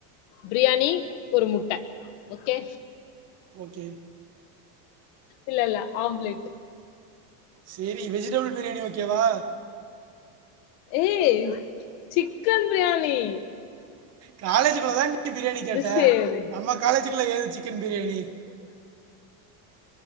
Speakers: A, on the left; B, on the right.
A: ப்ரியாணி ஒரு முட்ட ஓகே
B: ஓகே
A: இல்ல இல்ல ஆம்ப்லேட்
B: சேரி வெஜிடபிள் பிரியாணி ஓகேவா
A: ஏய் சிக்கன் ப்ரியாணி
B: காலேஜுக்குள்ள தான் நீ பிரியாணி கேட்ட
A: சேரி
B: நம்ம காலேஜுக்குள்ள ஏது சிக்கன் பிரியாணி